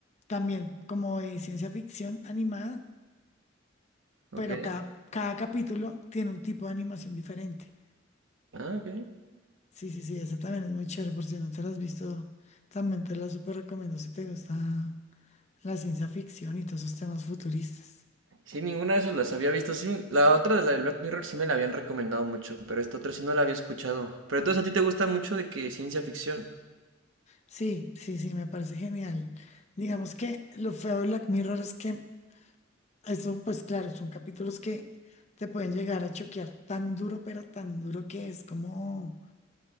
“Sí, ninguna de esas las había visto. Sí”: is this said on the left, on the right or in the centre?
Right